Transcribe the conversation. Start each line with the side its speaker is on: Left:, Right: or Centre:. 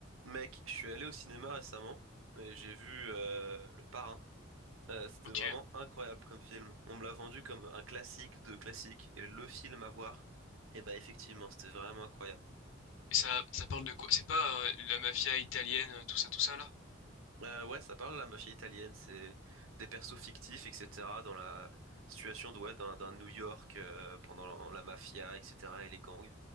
Right: Mec, je suis allé au cinéma récemment et j'ai vu euh, Le Parrain. Euh, c'était
Left: Ok.
Right: vraiment incroyable comme film. On me l'a vendu comme un classique de classique et le film à voir. Et bah effectivement, c'était vraiment incroyable.
Left: Et ça, ça parle de quoi? C'est pas euh, la mafia italienne, euh, tout ça, tout ça là?
Right: Euh, ouais, ça parle de la mafia italienne, c'est des persos fictifs, etc. dans la situation de, ouais, d'un d'un New York euh, pendant la mafia, etc. et les gangs.